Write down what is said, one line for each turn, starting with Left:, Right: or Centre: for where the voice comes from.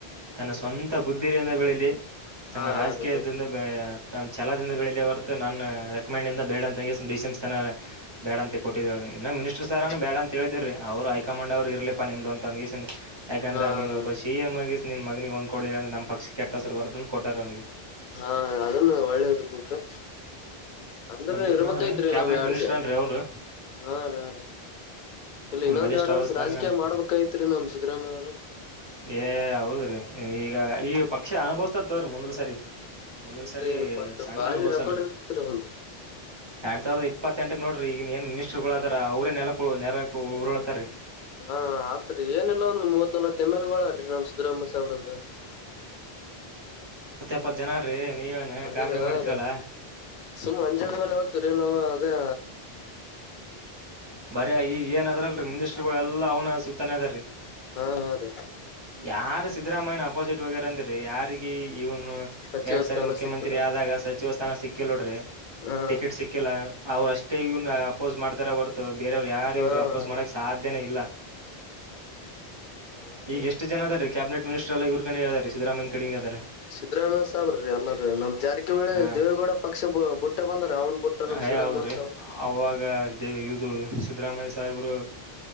Right: ತನ್ನ ಸ್ವಂತ ಬುದ್ಧಿಲ್ಲಿಯಿಂದ ಬೆಳೀಲಿ ತನ್ನ
Left: ಹಾ
Right: ರಾಜಕೀಯದಿಂದ.
Left: ರೀ ಹಾ
Right: ತ ಛಲದಿಂದ ಬೆಳಿಲಿ ಹೊರತ ನಾನು ರೆಕಮಂಡ್ಂದಿಂದ ಬೇಡ ಅಂತ ಡಿ ಸಿ ಎಂ ಸ್ಥಾನ ಬೇಡ ಅಂತೆ ಕೊಟ್ಟಿದ್ರು. ಇನ್ನು ಮಿನಿಸ್ಟರ್ ಸರ್ನು
Left: ರೀ
Right: ಬೇಡ ಅಂತ ಹೇಳಿದಿರ ಅವರು ಹೈಕಮಂಡ್ ಅವ್ರು ಇರ್ಲಿಪಾ ನಿಮ್ದು ಅಂದ್ ಯಾಕಂದ್ರೆ
Left: ಹಾ
Right: ನೀನು. ಬಸ್ಷೀ ಎ ಮಗಿಸಸ್ ನಿನ್ ಮಗನಿಗೆ ಹೊಂದ್ಕೊಳ್ಳಿ ಅ್ರ ನಮ್ಮ ಪಕ್ಷ ಕೆಟ್ಟೋಸರು ಬರ್ದಂತ ಕೊಟ್ಟಾರ ಅವನಿಗೆ.
Left: ಹಾ ಅದನ್ನು ಒಳ್ಳೇದದು ಬಿಟ್ರೆ. ಅಂದ್ರ
Right: ಅಂದ್ರನ
Left: ಇರ್ಬೇಕೈತ್ರಿ
Right: ಅವ್ರ ಕ್ಯಾಬಿನೆಟ್
Left: ನಾವ್ ಎಡ್ಸೆ
Right: ಮಿನಿಸ್ಟರ್ ಅನ್ರಿ ಅವ್ರು
Left: ಹಾ ರ ರೀ. ಇಲ್ಲ ಇನ್ನೊಂದ್
Right: ಬಲಿಷ್ಠವಾದ
Left: ಎರಡ್ ವರ್ಷ
Right: ಸ್ಥಾನನ
Left: ರಾಜಕೀಯ
Right: ಅದ್ರಿ
Left: ಮಾಡ್ಬೇಕಯಿತ್ರಿ ನಮ ಸಿದ್ದರಾಮಯ್ಯ ಅವರು.
Right: ಏ ಹೌದ್ರೀ ಈಗ ಈ ಪಕ್ಷಿ ಅನುಭವಸ್ತಾರ ತವ್ರಿ ಮುಂದ್ಲ ಸರಿ. ಮುಂದೊಲ್
Left: ಇಲ್ರಿ
Right: ಸರಿ
Left: ಬಟ್
Right: ಸಣ್ಣ
Left: ಬಾರಿ
Right: ಅನುಭವ್ಸಲ್ರಿ
Left: ರೆಕಾರ್ಡ್ ಇರ್ತತ್ರಿ ಒಂದ್
Right: ಎರಡ್ ಸಾವಿರದ ಇ. ಇಪ್ಪತ್ತೆಂಟಕ್ ನೋಡಿ ಈಗನ್ ಏನ್ ಮಿನಿಸ್ಟರ್ ಗಳಾದಾರ ಅವ್ರೇ ನೆ ನೆರ ಉರುಳಳ್ತಾರೀ.
Left: ಹಾ ಆತ್ರಿ ಏನಿಲ್ಲ ಒಂದ್ ಮೂವತ್ ನಲ್ತ್. ತ್ತಮ್ಮೇಲೆ ಒಳಾರಿ ನಮ್ಮ್ ಸಿದ್ದರಾಮಯ್ಯ ಅವ್ರಂತ.
Right: ಇಪ್ಪತ್ ಜನ ರೀ. ನೀವೇನ್
Left: ಅದ್ರ
Right: ಕಾಮಿಡಿ ಮಾಡ್ತಿರಲ್ಲಾ
Left: ರ ಸುಮ್ ಅಂಜಾನ ಮೇಲೆ ಹೇಳ್ತರಿ ನಾವು ಅದೇ.
Right: ಬರ ಈಗ ಏನದ್ರಲ್ರಿ ಮಿನಿಸ್ಟರ್ಗಳ ಎಲ್ಲ ಅವನ ಸುತ್ತಾನೇ ಅದಾರ್ರೀ.
Left: ಹಾ ಹಾ ರೀ
Right: ಯಾರ ಸಿದ್ದರಾಮಯ್ಯ ಅಪೋಸಿಟ್ ವಗ್ಯಾರ ಅಂದ್ರೆ ಯಾರಿಗೆ. ಇವನು
Left: ಸಚಿವ
Right: ಎರಡ್ ಸಾರಿ
Left: ಸ್ಥಾನ
Right: ಮುಖ್ಯಮಂತ್ರಿ
Left: ಸಿಕ್ಕಿಲ್ಲ
Right: ಆದಾಗ ಸಚಿವ ಸ್ಥಾನ ಸಿಕ್ಕಿಲ್ ನೋಡ್ರಿ.
Left: ಹಾ
Right: ಟಿಕೆಟ್ ಸಿಕ್ಕಿಲ್ಲ ಅವ್ರ ಅಷ್ಟೇ ಇವ್ನ್ ಅಪೋಸ್ ಮಾಡ್ತಾರ ಹೊರ್ತ. ಬೇರೆಯವ್ರು ಯಾರು
Left: ಹಾ
Right: ಇವ್ರಿಗೆ ಅಪೋಸ್ ಮಾಡಕ್
Left: ರೀ
Right: ಸಾಧ್ಯನೇ ಇಲ್ಲ.
Left: ಹಾ ರೀ
Right: ಈಗ ಎಷ್ಟು ಜನ ಇದಾರೆ ಕ್ಯಾಬಿನೆಟ್ ಮಿನಿಸ್ಟರ್ ಎಲ್ಲ ಇವ್ರ ಕಡೆ ಇದ್ದಾರೆ ಸಿದ್ದರಾಮಯ್ಯ ಕಡೆರೆ.
Left: ಸಿದ್ದರಾಮ್ಯ ಸಾಬ್ರೀ ಎಲ್ಲರೀ ನಮ್ ಜಾರಕಿಹೊಳಿ
Right: ಹಾ
Left: ದೇವೇಗೌಡ ಪಕ್ಷ ಬುಟ್ಟ ಬಂದ್ರ ಅವ್ನ್ ಬುಟ್ಟ.
Right: ಅಯ
Left: ಸಿದ್ದರಾಮಯ್ಯ
Right: ಹೌದ್ರಿ
Left: ಸಾವ್
Right: ಅವಾಗ ದೇ ಇದು ಸಿದ್ದರಾಮಯ್ಯ ಸಾಹೇಬರು.